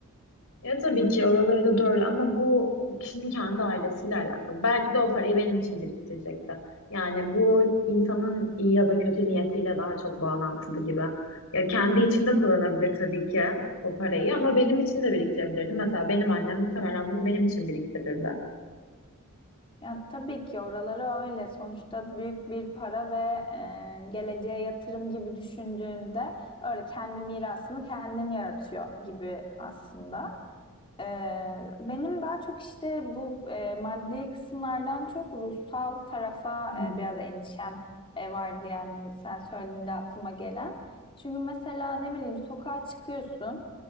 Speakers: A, on the left (about 80°); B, on the left (about 25°).
A: Ya tabii ki oraları da doğru ama bu kişinin kendi ailesiyle alakalı. Belki de o parayı benim için biriktirecekti. Yani bu insanın iyi ya da kötü niyetiyle daha çok bağlantılı gibi. Ya kendi içinde kullanabilir tabii ki o parayı ama benim için de biriktirebilirdi. Mesela benim annem muhtemelen bunu benim için biriktirirdi.
B: Yani tabii ki oraları öyle. Sonuçta büyük bir para ve e, geleceğe yatırım gibi düşündüğünde öyle kendi mirasını kendin yaratıyor gibi aslında. Ee, benim daha çok işte bu e, maddi kısımlardan çok ruhsal tarafa
A: Hmm.
B: e, biraz endişem e, vardı yani sen söylediğinde aklıma gelen. Çünkü mesela ne bileyim sokağa çıkıyorsun.